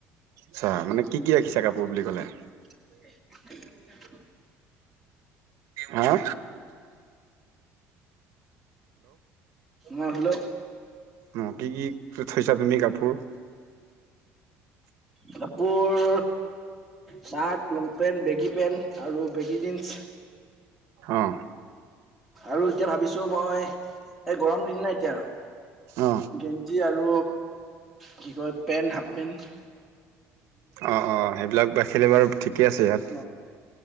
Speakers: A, on the right (about 65°); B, in the centre.
A: চা মানে কি কি ৰাখিছা কাপোৰ বুলি কলে?
B: <inaudible>
A: হা?
B: অঁ হেল্ল'!
A: অঁ কি কি থৈছা তুমি কাপোৰ?
B: কাপোৰ shirt long pant, baggy pant আৰু বেগী জীন্স।
A: অঁ।
B: আৰু এতিয়া ভাবিছো মই এই গৰম দিন ন এতিয়া
A: অঁ।
B: গেঞ্জী আৰু কি কয় পেণ্ট হাফ পেণ্ট।
A: অঁ অঁ সেইবিলাক বাছিলে বাৰু ঠিকে আছে ইয়াত,
B: অ',